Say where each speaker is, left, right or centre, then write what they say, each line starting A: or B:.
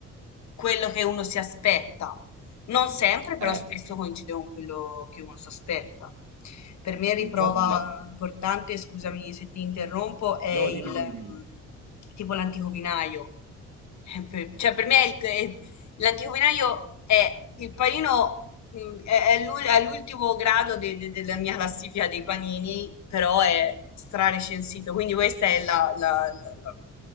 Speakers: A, on the left; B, on the right.
A: quello che uno si aspetta. Non sempre, però
B: Eh,
A: spesso coincide con quello che uno si aspetta. Per me riprova
B: infatti,
A: importante, scusami se ti interrompo, è
B: no,
A: il
B: dimmi,
A: mh,
B: dimmi, dimmi.
A: tipo l'antico vinaio. Eh, per- Cioè, per me è il- è- l'antico vinaio è il panino Mm, È, è l'ul- è all'ultimo grado de- de- della mia classifica dei panini, però è strarecensito, quindi questo è la- la- la- la-